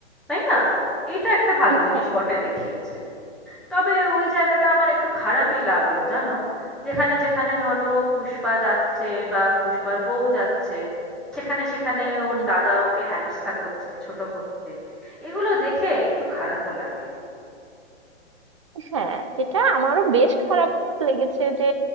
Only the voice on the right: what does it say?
হ্যাঁ
হুম,
হ্যাঁ এটা আমারও বেশ খারাপ লেগেছে যে